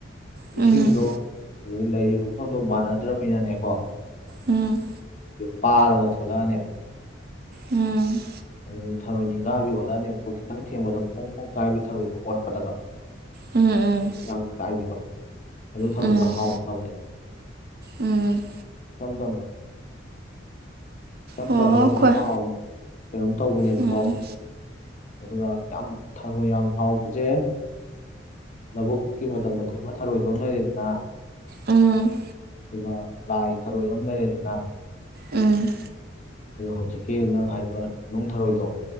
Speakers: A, on the right (about 55°); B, on the left (about 40°).
A: ꯎꯝ
B: ꯏꯁꯤꯡꯗꯣ ꯑꯗꯨꯗꯒꯤ ꯂꯩꯔꯤꯕ ꯃꯐꯝꯗꯣ ꯃꯥꯟꯅꯗ꯭ꯔꯅꯤꯅꯅꯦꯀꯣ
A: ꯎꯝ
B: ꯄꯥꯔꯒ ꯊꯂꯛꯑꯅꯦꯕ
A: ꯎꯝ
B: ꯑꯗꯨ ꯊꯔꯣꯏ ꯅꯤꯡꯒꯥꯕꯤꯌꯣꯂꯥꯅꯦꯦꯝꯨꯀꯨ ꯈꯤꯇꯪ ꯊꯦꯡꯕꯗ ꯐꯣꯡ ꯐꯣꯡ ꯀꯥꯏꯕꯤ ꯊꯔꯣꯏꯗꯣ ꯑꯣꯠꯄꯗꯒ
A: ꯎꯝ
B: ꯌꯥꯝ ꯀꯥꯏꯕꯤꯗꯣ ꯑꯗꯨ ꯊꯔꯗ
A: ꯎꯝ
B: ꯍꯥꯎꯛꯇꯕꯅꯦ
A: ꯎꯝ
B: ꯊ ꯊꯝꯕ ꯆꯞ
A: ꯑꯣ
B: ꯆꯥꯕꯒ
A: ꯑꯩꯈꯣꯏ
B: ꯃꯍꯥꯎꯕ ꯀꯩꯅꯣꯝ ꯇꯧꯕꯅꯦꯕꯀꯣ
A: ꯎꯝ
B: ꯑꯗꯨꯒ ꯌꯥꯝ ꯊꯔꯣꯏ ꯌꯥꯝ ꯍꯥꯎꯕꯁꯦ ꯂꯧꯕꯨꯛꯀꯤ ꯃꯇꯝꯗ ꯈꯨꯟꯃ ꯊꯥꯔꯣꯏꯗꯣ ꯑꯃ ꯂꯩꯔꯦꯗꯅ
A: ꯎꯝ
B: ꯑꯗꯨꯒ ꯂꯥꯏ ꯊꯔꯣꯏ ꯑꯃ ꯂꯩꯔꯦꯗꯅ
A: ꯎꯝ
B: ꯑꯗꯨꯒ ꯍꯧꯖꯤꯛꯀꯤ ꯅꯪ ꯍꯥꯏꯔꯤꯕ ꯅꯨꯡ ꯊꯥꯔꯣꯏꯗꯣ